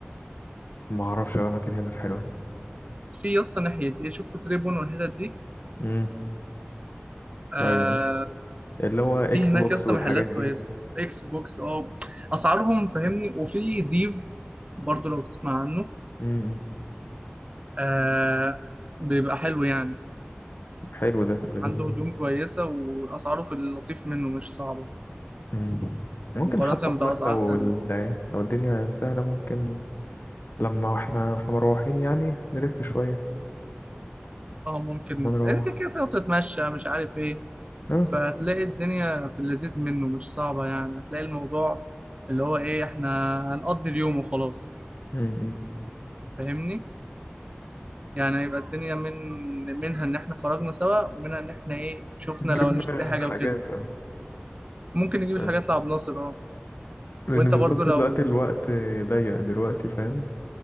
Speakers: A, on the left; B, on the right.
A: ما اعرفش أوي اماكن هنا في حلوان
B: في يا اسطى ناحية إيه شفت تريبون والحتت دي
A: امم
B: آه
A: ايوه اللي هو اكس
B: في هناك
A: بوكس
B: يا اسطى
A: والحاجات
B: محلات
A: دي
B: كويسة إكس بوكس أه أسعارهم فاهمني وفي ديف برضو لو تسمع عنه
A: امم
B: آه بيبقى حلو يعني
A: حلو ده في اللذيذ
B: عنده
A: منه.
B: هدوم كويسة وأسعاره في اللطيف منه مش صعبة
A: مم. ممكن
B: مقارنة
A: حتى
B: بأسعار
A: والله لو
B: تانية
A: ال- لو الدنيا سهلة ممكن لما احنا احنا مروحين يعني نلف شوية
B: اه ممكن
A: ما نروح
B: إيه كده كده تقعد تتمشى مش عارف ايه
A: اه
B: فهتلاقي الدنيا في اللذيذ منه مش صعبة يعني هتلاقي الموضوع اللي هو ايه احنا هنقضي اليوم وخلاص
A: مم.
B: فاهمني يعني هيبقى الدنيا من منها ان احنا خرجنا سوا ومنها ان احنا ايه شفنا
A: جبنا
B: لو هنشتري حاجة
A: حاجات
B: وكده
A: اه
B: ممكن نجيب
A: فاهم؟
B: الحاجات لعب ناصر اه
A: لأن
B: وانت
A: بالظبط
B: برضو لو
A: دلوقتي الوقت ضيق دلوقتي فاهم